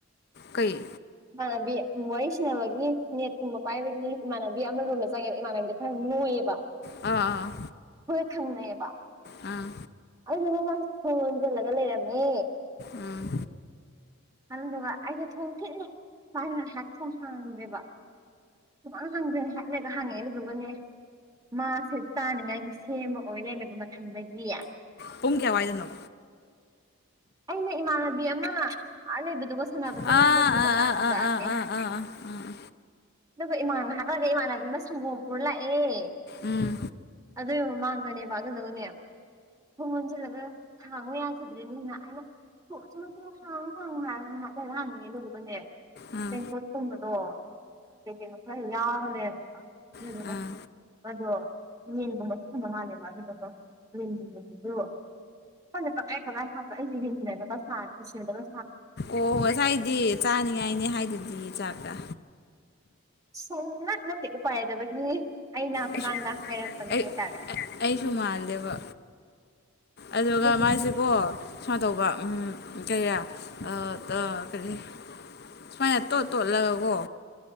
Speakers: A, on the left; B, on the right.
A: ꯀꯩ
B: ꯏꯃꯥꯟꯅꯗꯤ ꯋꯥꯔꯤ ꯁꯅꯥꯕꯒꯤ ꯅꯦꯠꯀꯨꯝꯕ ꯄꯥꯏꯕꯒꯤ ꯏꯃꯥꯟꯅꯕꯤ ꯑꯃ ꯔꯨꯝꯗ ꯆꯪꯉꯦꯕ ꯏꯃꯥꯟꯅꯕꯤꯗ ꯈꯔ ꯅꯣꯢꯑꯦꯕ
A: ꯑꯥ
B: ꯈꯣꯢꯒ ꯊꯪꯅꯩꯌꯦꯕ
A: ꯑꯥ ꯑꯥ
B: ꯑꯗꯨꯗꯨꯅ ꯃꯥꯁꯦ ꯊꯣꯡ ꯂꯣꯟꯖꯜꯂꯒ ꯂꯩꯔꯝꯃꯦ
A: ꯎꯝ
B: ꯑꯗꯨꯗꯨꯒ ꯑꯩꯁꯦ ꯊꯣꯡ ꯊꯤꯟꯂꯦ ꯃꯥꯁꯦ ꯉꯥꯢꯍꯥꯛ ꯊꯣꯡ ꯍꯥꯡꯗ꯭ꯔꯦꯕ ꯁꯨꯡꯍꯥꯡ ꯍꯥꯡꯗ꯭ꯔꯦ ꯉꯥꯢꯍꯥꯛ ꯂꯩꯔꯒ ꯍꯥꯡꯉꯛꯑꯦ ꯑꯗꯨꯗꯨꯒꯅꯦ ꯃꯥꯁꯦ ꯆꯥꯅꯤꯡꯉꯥꯏꯒꯤ ꯁꯦꯝꯕ ꯑꯣꯏꯂꯩꯔꯝꯃꯦꯕ ꯃꯊꯟꯗꯒꯤ
A: ꯄꯨꯡ ꯀꯌꯥꯋꯥꯏꯗꯅꯣ
B: ꯑꯩꯅ ꯏꯃꯥꯟꯅꯕꯤ ꯑꯃ ꯑ ꯂꯩꯕꯗꯨꯒ ꯁꯥꯟꯅꯕ
A: ꯑꯥ
B: ꯆꯪꯕꯒꯤ
A: ꯑꯥ
B: ꯃꯇꯥꯡꯗꯅꯦ
A: ꯑꯥ ꯑꯥ ꯑꯥ
B: ꯑꯦ
A: ꯑꯥ ꯑꯥ ꯑꯥ
B: ꯑꯗꯨꯒ ꯏꯃꯥꯟꯅ ꯉꯍꯥꯛꯂꯩꯔꯒ ꯏꯃꯥꯟꯅꯕꯤ ꯑꯃ ꯁꯪꯒꯣꯝ ꯄꯨꯔ ꯂꯥꯛꯑꯦ
A: ꯎꯝ
B: ꯑꯗꯨꯒꯤ ꯃꯃꯥꯡ ꯍꯪꯉꯅꯦꯕ ꯑꯗꯨꯗꯒꯅꯦ ꯊꯣꯡ ꯂꯣꯟꯖꯤꯜꯂꯒ ꯍꯥꯡꯉꯨ ꯌꯥꯈꯤꯗ꯭ꯔꯦꯅꯤꯅ ꯑꯩꯅ ꯊꯣꯛ ꯊꯣꯛꯂꯨ ꯍꯥꯡꯉꯣ ꯍꯥꯡꯉꯣ ꯍꯥꯢꯔꯒ ꯉꯍꯥꯛ ꯂꯩꯔꯒ ꯍꯥꯡꯑꯦ ꯑꯗꯨꯗꯨꯒꯅꯦ
A: ꯑꯥ
B: ꯇꯦꯡꯀꯣꯠ ꯀꯨꯝꯕꯗꯣ ꯀꯩꯀꯩꯅꯣ ꯈꯔ ꯌꯥꯎꯔ ꯂꯩꯔꯝꯃꯦꯕ ꯑꯗꯨꯗꯨꯒ
A: ꯑꯥ
B: ꯑꯗꯣ ꯌꯦꯟꯒꯨꯝꯕꯁꯨ ꯊꯝꯕ ꯃꯥꯜꯂꯦ ꯃꯥꯗꯨꯗ ꯗꯨꯝ ꯌꯦꯡꯁꯤꯡꯗꯨꯁꯨ ꯈꯪꯗꯦ ꯇꯪꯈꯥꯢ ꯇꯪꯈꯥꯢ ꯑꯩꯁꯦ ꯃꯤꯟꯒꯤ ꯇꯥꯢꯇ ꯈꯔ ꯁꯥꯔꯦ ꯎꯁꯤꯟꯅꯗꯕ
A: ꯑꯣ ꯉꯁꯥꯏꯗꯤ ꯆꯥꯅꯤꯡꯉꯥꯏꯅꯦ ꯍꯥꯏꯗꯨꯗꯤ ꯆꯥꯛꯔꯥ
B: ꯁꯨꯡꯅꯠ ꯅꯠꯇꯦ ꯎꯄꯥꯢꯂꯩꯇꯕꯒꯤ ꯑꯩ ꯂꯥꯛꯄꯀꯥꯟꯗ
A: ꯑꯩꯁꯨ
B: ꯍꯥꯏꯔꯛꯄꯅꯦ
A: ꯑꯩ
B: ꯍꯥꯏꯇꯥꯔꯦ
A: ꯑꯩꯁꯨ ꯃꯥꯜꯂꯦꯕ ꯑꯗꯨꯒ
B: ꯑꯗꯨꯒꯤꯅꯦ
A: ꯃꯥꯏꯁꯤꯀꯣ ꯁꯨꯃꯥꯏꯅ ꯇꯧꯕ꯭ꯔꯥ ꯎꯝ ꯀꯌꯥ ꯑꯥ ꯗꯥ ꯀꯔꯤ ꯁꯨꯃꯥꯏꯅ ꯇꯣꯠ ꯇꯣꯠꯂꯒꯀꯣ